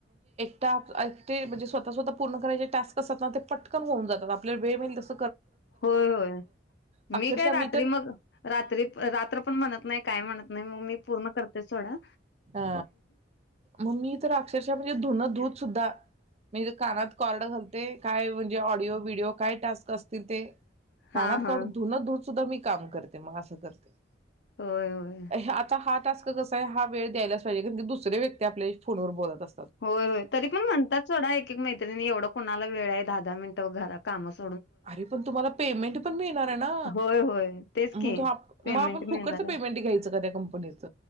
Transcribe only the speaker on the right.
ते म्हणजे स्वतः स्वतः पूर्ण करायचे टास्क असतात ना ते पटकन होऊन जातात आपल्याला वेळ मिळेल तस.
अक्षरशः
तर
ह मा मी तर अक्षरशः म्हणजे धुन धुत सुद्धा मी तर कानात कॉर्ड घालते काय. म्हणजे ऑडिओ व्हडिओ काय टास्क असतील ते.
कानात
कॉड धुन धुत सुद्धा मी काम करते मग असं करते.
आता हा टास्क कसाय हा. वेळ द्यालाच पायजे कारण दुसरे व्यक्ती आपल्याशी फोनवर बोलत असते.
अरे पण तुम्हाला पेमेंट पण मिळणारे ना
म
मग
आपण फुकच
पेमेंट घ्यायचं का त्या कंपनीच